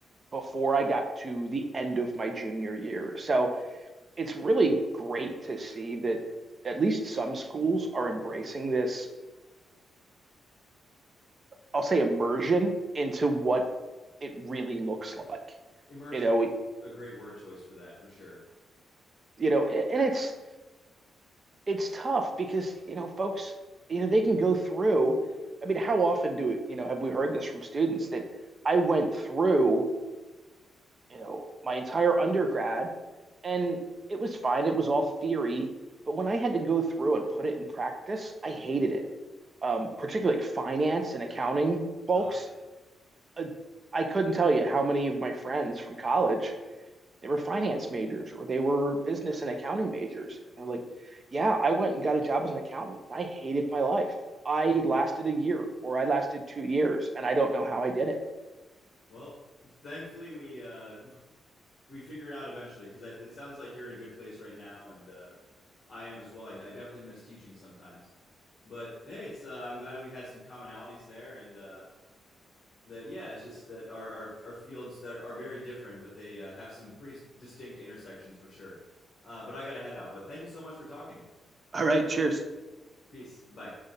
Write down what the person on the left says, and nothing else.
Emergency,
a great word choice for that, for sure.
Oh, yeah.
Well, thankfully we uh, we figured it out eventually because it sounds like you're in a good place right now, and uh, I am as well. I, I definitely miss teaching sometimes, but hey, it's uh, I'm glad we had some commonalities there, and uh, that yeah, it's just that our our, our fields that are very different, but they uh, have some pretty s- distinct intersections for sure. Uh, but I gotta head out. But thank you so much for talking.
Peace. Bye.